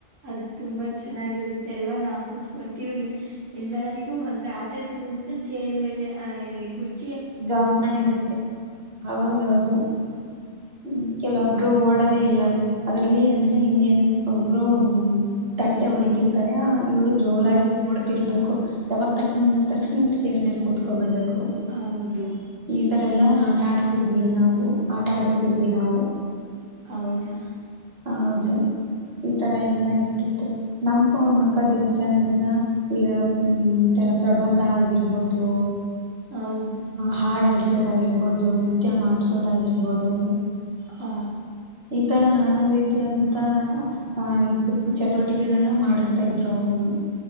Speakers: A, on the right; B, on the right.
A: ಅದು ತುಂಬಾ ಚೆನ್ನಾಗಿರುತ್ತೆ ಅಲ್ವಾ ನಾ ಕುೂತ್ಕೊತೀವನಿ ಎಲ್ಲಾರಿಗೂ ಅಂದ್ರೆ ಆಟದ ಮುಂತ ಚೇರ್ ಮೇಲೆ ಆಹ್ ಕುರ್ತಿ
B: ಗಮನ ಇರುತ್ತೆ ಹೌದೌದು ಹ್ಮ್ ಕೆಲವೊಬ್ರು ಓಡದೇ ಇಲ್ಲ ಅದ್ರಲ್ಲಿ ಅಂದ್ರೆ ಹಿಂಗೆ ಒಬ್ರು ತಟ್ಟೆ ಹೊಡಿತಿರ್ತಾರೆ ಇವ್ರು ಜೋರಾಗಿ
A: ಆ
B: ಓಡ್ತಿರ್ಬೇಕು ಯಾವಾಗ ತಟ್ಟ ನಿಲ್ ತಕ್ಷಣ ಇವ್ರ ಚೇರ್ ಮೇಲೆ ಕೂತ್ಕೊಂಡಬಿಡ್ಬೇಕು
A: ಹೌದು
B: ಈ ತರ ಎಲ್ಲಾ ಆಟ ಆಡ್ತಿದ್ವಿ ನಾವು ಆಟ ಆಡಿಸತಿದ್ವಿ ನಾವು
A: ಹೌದಾ
B: ಹೌದು ಈ ತರ ಎಲ್ಲ ಇರ್ತಿತ್ತು ನಮ್ಗೂ ಅವರು ಮಕ್ಕಳ ದಿನಾಚರಣೆ ದಿನ ಈಗ ಈ ತರ ಪ್ರಬಂಧ ಆಗಿರ್ಬೋದು
A: ಹೌದು
B: ಹಾಡುಳ್ಸೋದಾಗಿಿರ್ಬಹದು ನೃತ್ಯ ಮಾಡ್ಸೋದಾಗಿರ್ಬಹದು
A: ಹಾ
B: ಈತರ ನಾನಾನ್ ರೀತಿಯಾದಂತ ಹ ಇದು ಚಟುವಟಿಕೆಗಳನ್ನ ಮಾಡಿಸ್ತಾ ಇದ್ರು ಅವರುನು